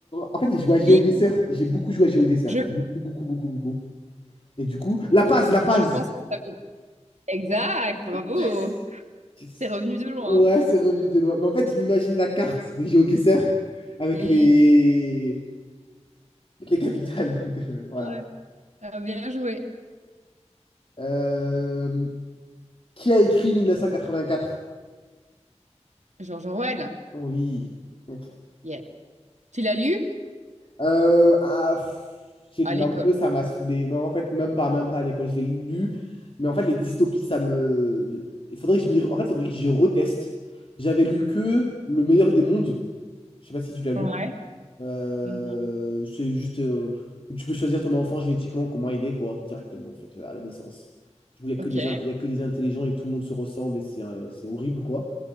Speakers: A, on the left; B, on the right.
A: En fait, j'ai joué à GeoGuessr.
B: oui,
A: J'ai beaucoup joué à GeoGuessr.
B: je,
A: Beaucoup, beaucoup, beaucoup, beaucoup. Et du coup, La Paz, La Paz.
B: je pense que ça vaut. Exact, bravo.
A: Yes! Yes.
B: C'est revenu de loin.
A: Ouais, c'est revenu de loin. Mais en fait, je m'imagine la carte de GeoGuessr avec
B: hein.
A: les... avec les capitales. <laughs> Donc, euh, voilà.
B: Mm, ouais. Ah, bien joué.
A: Euh, Qui a écrit 1984?
B: George Orwell.
A: Oui. Ok.
B: Yes. Tu l'as lu?
A: Euh, ah, pff, j'ai
B: À
A: lu
B: l'école.
A: un peu, ça m'a saoulé. Non, en fait, même pas, même pas à l'école. J'ai lu, mais en fait, les dystopies, ça me. Il faudrait que je m'y... En fait, faudrait que j'y reteste. J'avais lu que Le meilleur des mondes. Je sais pas si tu l'as lu.
B: Ouais.
A: Euh,
B: Mm.
A: c'est juste euh, où tu peux choisir ton enfant génétiquement, comment il est, quoi, directement, en fait, euh, à la naissance. Du coup, il n'y
B: Ok.
A: a que des, int- il y a que des intelligents et tout le monde se ressemble et c'est euh, c'est horrible, quoi.